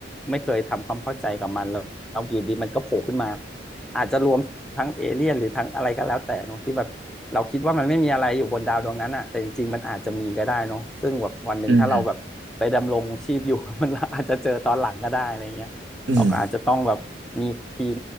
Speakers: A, in the centre; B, on the right.
A: ไม่เคยทำความเข้าใจกับมันแล้วแล้วอยู่ดีมันก็โผล่ขึ้นมาอาจจะรวมทั้งเอเลี่ยนหรือทั้งอะไรก็แล้วแต่เนอะที่แบบ เราคิดว่ามันไม่มีอะไรอยู่บนดาวดวงนั้นอะแต่จริงๆมันอาจจะมีก็ได้เนาะซึ่งแบบวันหนึ่งถ้าเราแบบไปดำรงชีพอยู่
B: อืม
A: <laughs> มันอาจจะเจอตอนหลังก็ได้อะไรเงี้ยเราก็อาจจะต้องแบบมีทีม
B: อืม